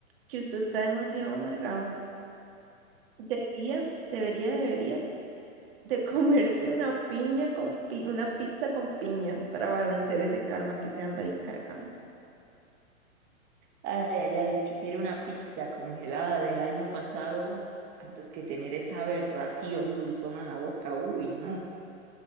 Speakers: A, on the right; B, on the right.
A: que usted está demasiado amargado. Debería, debería, debería de comerse una piña con pi- una pizza con piña para balancear ese karma que se anda ahí cargando.
B: Ay, ay, ay, prefiero una pizza congelada del año pasado antes que tener esa aberración dulzona en la boca. Uy, no.